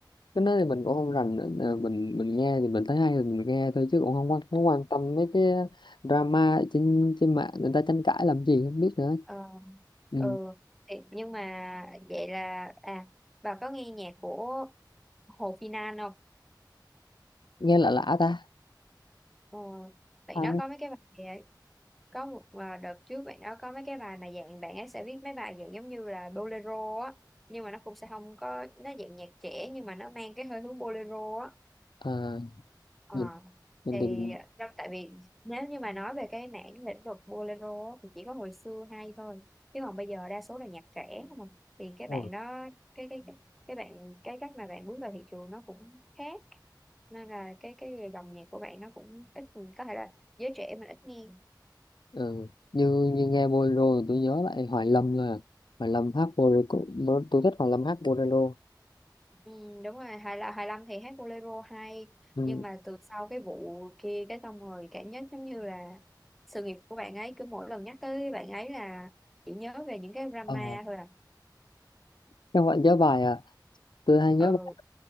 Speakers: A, on the left; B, in the centre.
A: cái đó thì mình cũng không rành nữa. Ờ, mình mình nghe thì mình thấy hay thì mình nghe thôi chứ cũng không quan, không quan tâm mấy cái drama ở trên trên mạng người ta tranh cãi làm gì không biết nữa
B: ờ
A: ừ.
B: ừ thì, nhưng mà vậy là à bà có nghe nhạc của Hồ Phi Nan không
A: nghe lạ lạ ta
B: Ờ, bạn
A: à,
B: đó có mấy cái bài có một à, đợt trước bạn đó có mấy cái bài mà dạng bạn ấy sẽ viết mấy bài dạng giống như là bolero á nhưng mà nó cũng sẽ không có nó dạng nhạc trẻ nhưng mà nó mang cái hơi hướng bolero á
A: à,
B: Ờ,
A: mình, mình
B: thì
A: tìm
B: trong tại vì nếu như mà nói về cái mảng lĩnh vực bolero á, thì chỉ có hồi xưa hay thôi chứ còn bây giờ đa số là nhạc trẻ không à. thì cái
A: Ừ.
B: bạn đó cái cái cái cái bạn cái cách mà bạn bước vào thị trường nó cũng khác nên là cái cái dòng nhạc của bạn nó cũng ít có thể là giới trẻ mình ít nghe
A: Ừ. Như như nghe bolero thì tôi nhớ lại Hoài Lâm là Hoài Lâm hát bolero cũng- tôi thích Hoài Lâm hát bolero
B: Ừ, đúng rồi hai là hai lăm thì hát bolero hay
A: ừ.
B: nhưng mà từ sau cái vụ kia cái xong rồi cảm giác giống như là sự nghiệp của bạn ấy cứ mỗi lần nhắc tới bạn ấy là chỉ nhớ về những cái drama
A: à,
B: thôi à
A: các bạn nhớ bài à, tôi hay nhớ
B: ừ
A: bài